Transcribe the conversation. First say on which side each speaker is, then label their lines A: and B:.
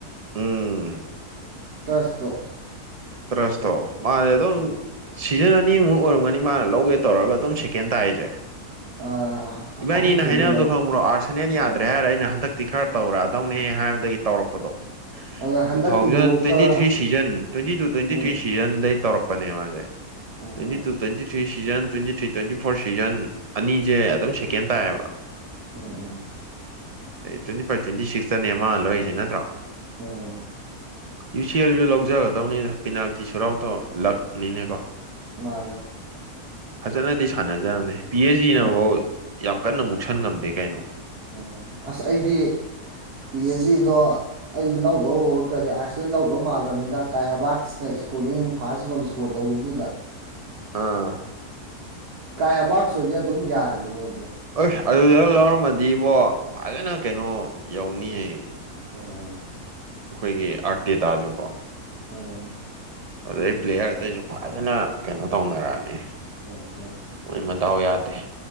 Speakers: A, on the right; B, on the right.
A: ꯎꯝ ꯎꯝ
B: ꯇꯁꯇꯣ
A: ꯇꯔꯁꯇꫭ ꯃꯖ‌ꯦ
B: ꯎꯝ
A: ꯑꯗꯨꯝ ꯁꯤꯖꯟ ꯑꯅꯤꯃꯨꯛ ꯑꯣꯏꯔꯝꯒꯅꯤ ꯃꯥꯅ ꯂꯧꯒꯦ ꯇꯧꯔꯒ ꯑꯗꯨꯝ ꯁꯦꯀꯦꯟ ꯇꯥꯏꯔꯤꯁꯦ
B: ꯑꯥ
A: ꯏꯕꯥꯏꯅꯤꯅ
B: ꯑꯍꯨꯝ ꯁꯨꯕꯗ
A: ꯍꯥꯏꯅꯕꯗꯣ
B: ꯂꯧꯔꯦ
A: ꯈꯪꯕ꯭ꯔꯣ ꯑꯥꯔꯁꯟꯦꯟꯜ
B: ꯑꯥ
A: ꯌꯥꯗ꯭ꯔꯦ ꯍꯥꯏꯔ ꯑꯩꯅ ꯍꯟꯗꯛ ꯇꯤ ꯈꯔ ꯇꯧꯔꯛꯑꯗꯧꯅꯦ ꯍꯥꯏꯕꯗꯒꯤ ꯇꯧꯔꯛꯄꯗꯣ
B: ꯑꯗꯨꯅ ꯍꯟꯗꯛꯀꯤꯗꯨꯐꯥꯎꯗ
A: ꯇꯨ ꯊꯥꯎꯖꯟ twenty three season twenty two twenty
B: ꯎꯝ
A: ꯊ꯭ꯔꯤ ꯁꯤꯖꯟꯗꯩ ꯇꯧꯔꯛꯄ ꯄꯅ‌ꯦ ꯃꯁ‌ꯦ
B: ꯎꯝ
A: twenty two twenty three season twenty three twenty four season ꯑꯅꯤꯁꯦ ꯑꯗꯨꯝ ꯁꯦꯀꯦꯟ ꯇꯥꯏꯌꯦꯕ
B: ꯎꯝ ꯎꯝ
A: ꯇ꯭ꯋꯦꯟꯤꯚ, ꯇ꯭ꯋꯦꯟꯇꯤ ꯁꯤꯛꯁꯇꯅꯦ ꯃꯅꯥ ꯂꯧꯏꯔꯤꯁꯦ ꯅꯠꯇ꯭ꯔꯣ
B: ꯎꯝ
A: ꯌꯨ ꯁꯤ ꯑꯦꯜꯁꯨ ꯂꯧꯖꯒꯗꯧꯅꯤꯗ ꯄꯦꯅꯥꯜꯇꯤ ꯁꯨꯠ ꯑꯥꯎꯇꫭ ꯂꯥꯛꯅꯤꯅꯦ ꯀꯣ
B: ꯃꯥꯟꯅ‌ꯦ
A: ꯐꯖꯅꯗꯤ ꯁꯥꯟꯅꯖꯕꯅꯦ ꯄꯤ ꯑꯩꯆ ꯖꯤꯅꯐꯧ
B: ꯎꯝ
A: ꯌꯥꯝ ꯀꯟꯅ ꯃꯨꯛꯁꯟ ꯉꯝꯗꯦ ꯀꯩꯅꯣ
B: ꯑꯣ ꯑꯁ ꯑꯩꯗꯤ ꯄꯤ ꯑꯩꯆ ꯖꯤꯗꯣ ꯑꯩꯗꯤ ꯂꯧꯗꯧ ꯀꯔꯤ ꯑꯥꯔꯁ ꯂꯧꯗꯧ ꯃꯥꯜꯂꯝꯅꯤꯅ ꯀꯥꯏ ꯍꯕꯥꯠ ꯁꯤ ꯏꯁꯀꯣꯔꯤꯡ ꯐꯥꯔꯁ ꯒꯣꯜ ꯁ꯭ꯀꯣꯔ ꯇꯧꯒꯤꯕꯗꯨꯗ
A: ꯑꯥ
B: ꯀꯥꯏ ꯍꯔꯕꯥꯠ ꯍꫭꯏꯗꯤ ꯑꯗꯨꯝ ꯌꯥꯔꯤꯌꯦ ꯃꯣꯏꯗ
A: ꯑꯣꯏꯁ ꯑꯗꯨꯗ ꯂꯧꯔꯝꯃꯗꯤꯕꯣ ꯐꯖꯅ ꯀꯩꯅꯣ ꯌꯧꯅꯤꯌꯦ
B: ꯎꯝ
A: ꯑꯩꯈꯣꯏꯒꯤ ꯑꯥꯔꯇꯦꯇꯥꯖꯨꯀꯣ
B: ꯎꯝ
A: ꯑꯗꯨꯗꯩ ꯄ꯭ꯂꯦꯌꯔ ꯑꯇꯩꯁꯨ ꯐꯖꯅ ꯀꯩꯅꯣ ꯇꯧꯅꯔꯛꯑꯅꯤ
B: ꯑꯣ ꯍ <unintelligible>
A: ꯃꯣꯏ ꯃꯗꯥꯎ ꯌꯥꯗꯦ